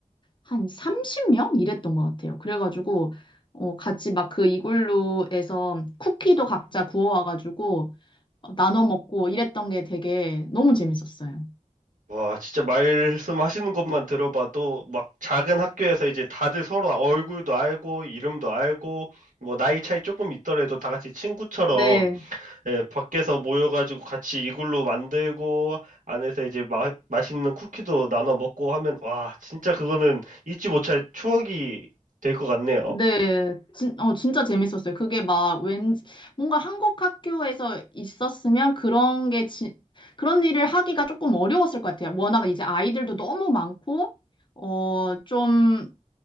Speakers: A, on the left; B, on the right.
A: 한 30명? 이랬던 것 같아요. 그래가지고, 어, 같이 막 그 이글루에서 쿠키도 각자 구워와가지고 어, 나눠 먹고 이랬던 게 되게 너무 재밌었어요.
B: 와, 진짜 말씀하시는 것만 들어봐도 막 작은 학교에서 이제 다들 서로 얼굴도 알고 이름도 알고 뭐 나이 차이 조금 있더라도 다 같이 친구처럼
A: 네.
B: 예, 밖에서 모여가지고 같이 이글루 만들고 안에서 이제 마, 맛있는 쿠키도 나눠 먹고 하면 와, 진짜 그거는 잊지 못할 추억이 될 것 같네요.
A: 네, 진, 어, 진짜 재밌었어요. 그게 막 왠지, 뭔가 한국 학교에서 있었으면 그런 게, 지, 그런 일을 하기가 조금 어려웠을 것 같아요. 워낙 이제 아이들도 너무 많고, 어, 좀,